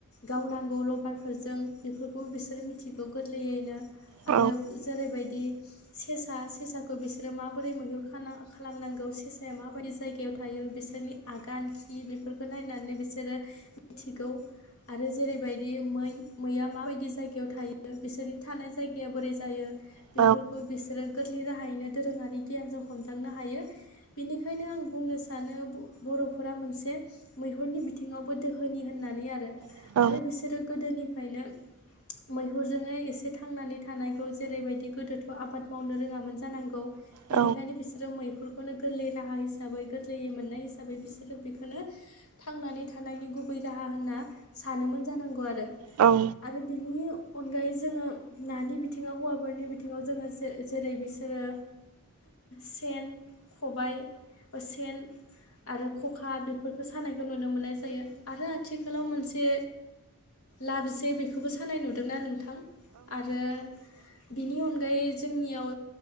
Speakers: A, on the left (about 75°); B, on the right (about 80°).
A: गावनांगौ लभारफोरजों बेफोरखौ बिसोर मिथिगौ गोरलैयैनो
B: औ
A: आरो जेरैबायदि सेसा सेसाखौ बिसोरो माबोरै मैहुरा खालामनांगौ सेसाया माबायदि जायगायाव थायो बिसोर नि आगान खि बेफोरखौ नायनानै बिसोरो मिथिगौ आरो जेरैबायदि मै मैया माबायदि जायगायाव थायो बिसोरनि थानाय जायगाया बोरै जायो
B: औ
A: बेफोरखौ बिसोरो गोरलै राहायैनो दोरोङारि गियानजों हमदांनो हायो बिनिखायनो आं बुंनो सानो बर'फोरा मोनसे मैहुरनि बिथिङावबो दोहोनि होननानै आरो
B: औ नोंथां
A: आरो बिसोरो गोदोनिफ्रायनो मैहुरजोंनो एसे थांनानै थानायखौ जेरैबायदि गोदोथ' आबाद मावनो रोङामोन जानांगौ
B: औ
A: बिनिखायनो बिसोरो मैहुर बेखौनो गोरलै राहा हिसाबै गोरलैयै मोननाय हिसाबै बिसोरो बेखौनो थांनानै थानायनि गुबै राहा होनना सानोमोन जानांगौ आरो
B: औ
A: आरो बिनि अनगायै जोङो नानि बिथिङा हौवाफोरनि बिथिं बिथिङाव जोङो जेरै बिसोरो सेन खबाय सेन आरो खखा बेफोरखौ सानायखौ नुनो मोननाय जायो आरो आथिखालाव मोनसे लाबसेे बेखौबो सानाय नुदोंना नोंथां आरो बिनि उन ओै जोंनियाव